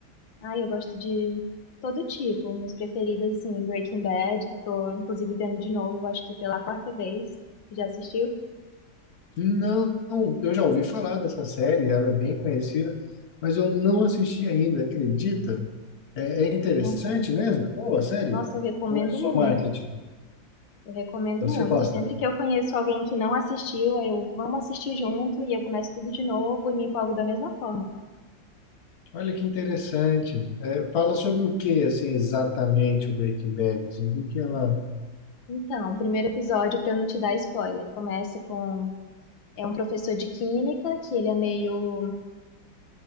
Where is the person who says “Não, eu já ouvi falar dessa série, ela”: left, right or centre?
Left